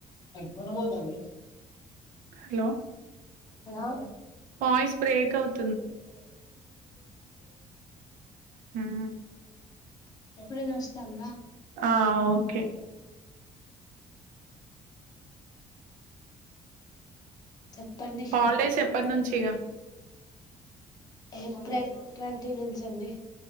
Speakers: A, on the left; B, on the right.
A: కొండపోత అంది
B: హలో
A: హలో
B: వాయిస్ బ్రేక్ అవుతు హ్మ్
A: అప్పుడే నస్థానందా
B: ఆ ఓకే
A: చెప్పండి
B: హాలిడేస్ ఎప్పటి నుంచి ఇక
A: ఏప్రిల్ ట్వంటీ నుంచి అండి